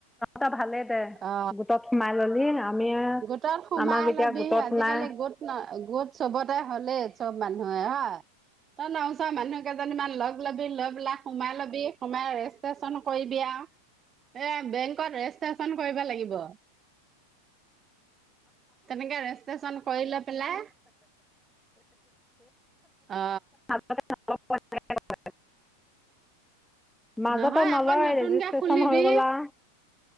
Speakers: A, in the centre; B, on the right.
A: টা ভালে দে
B: অ
A: গোটত সোমাই ললি। আমি
B: গোটত সোমাই
A: আমাক এতিয়া
B: লবি।
A: গোটত
B: আজিকালি
A: নাই
B: গোত ন গোট চবতে হ'লেই। চব মানুহে হা। ত নাওচা মানুহ কেইজনীমান লগ <unintelligible> লৈ পেলাই সোমাই ল'বি। সোমাই ৰেচষ্ট্ৰেশচন কৰিবি আ। এ বেংকত ৰেচষ্ট্ৰেশচন কৰিব লাগিব। তেনেকে ৰেচষ্ট্ৰচন কৰি লৈ পেলাই, অ।
A: <unintelligible> মাজতে
B: নহয়
A: নলয়
B: আকৌ নতুনকে
A: ৰেজিষ্ট্ৰেশ্যন
B: খুলিবি
A: হৈ গ'লা।